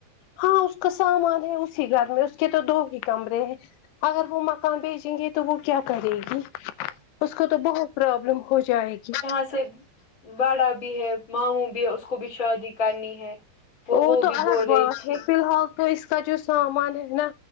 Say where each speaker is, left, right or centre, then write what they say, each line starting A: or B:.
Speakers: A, on the left; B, on the left.
A: ہاں اس کا سامان ہے اسی گھر میں اس کے تو دو ہی کمرے ہیں اگر وہ مکان بیچیں گے تو وہ کیا کرے گی اس کو تو بہت پرابلم ہو جائے گی
B: س بڑا بھی ہے ماہوں بھی ہے اس کو بھی شادی کرنی ہے
A: وہ تو
B: بھی
A: الگ
B: بول رہی
A: بات
B: تھی
A: ہے فی الحال تو اس کا جو سامان ہے نا